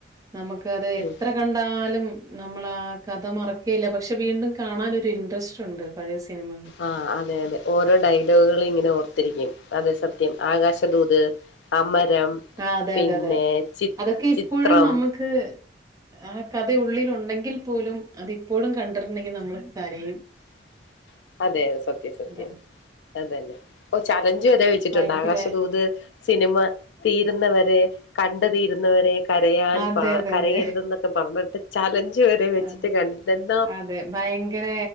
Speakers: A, on the right; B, on the left.
A: നമുക്ക് അത്
B: ഉം,
A: എത്ര കണ്ടാലും നമ്മളാ കഥ മറക്കേല്ല പക്ഷെ വീണ്ടും കാണാനൊരു ഇൻട്രസ്റ്റ് ഉണ്ട് പഴയ സിനിമ
B: ആഹ് അതെ അതെ ഓരോ ഡയലോഗുകളും ഇങ്ങനെ ഓർത്തിരിക്കും അതെ സത്യം ആകാശദൂത് അമരം
A: ആഹ് അതെ
B: പിന്നെ
A: അതെ അതെ
B: ചി
A: അതൊക്കെ ഇപ്പോഴും
B: ചിത്രം
A: നമുക്ക് ആഹ് കഥ ഉള്ളിൽ ഉണ്ടെങ്കിൽ പോലും അതിപ്പോഴും കണ്ടിട്ടുണ്ടെങ്കിൽ നമ്മൾ കരയും
B: <unintelligible> അതെ സത്യം സത്യം
A: അതാണ്.
B: അതന്നെ ഓ ചലഞ്ചു വരെ വെച്ചിട്ടുണ്ട്
A: ഭയങ്കര
B: ആകാശദൂത് സിനിമ തീരുന്നവരെ കണ്ടു തീരുന്നവരെ കരയാൻ
A: അതെ,
B: പാ
A: അതെ,
B: കരയരുതെന്നൊക്ക
A: അതെ.
B: പറഞ്ഞിട്ട് ചലഞ്ച് വരെ വെച്ചിട്ട്
A: ആ.
B: കണ്ടിട്ടണ്ട്
A: അതെ ഭയങ്കര